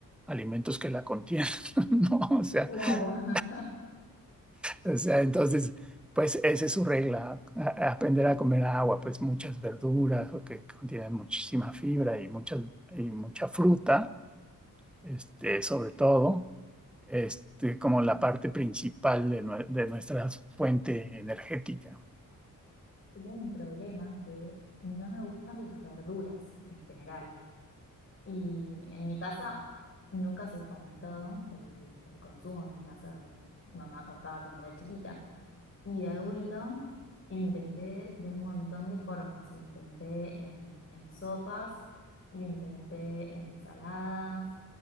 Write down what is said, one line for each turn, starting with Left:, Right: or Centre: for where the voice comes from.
Centre: alimentos que la contienen, <laughs> ¿no? O sea,
Left: Claro.
Centre: Claro.
Left: <laughs>
Centre: o sea, entonces, pues esa es su regla, a- a aprender a comer agua, pues muchas verduras o que contienen muchísima fibra y, muchas, y mucha fruta este, sobre todo, este, como la parte principal de, nue- de nuestra fuente energética.
Left: Tengo un problema que no me gustan las verduras en general. Y en mi casa nunca se fomentó el, el consumo en mi casa de mamá, papá cuando era chiquita. Y de adulto lo intenté de un montón de formas. Lo intenté en, en sopas, lo intenté en ensaladas,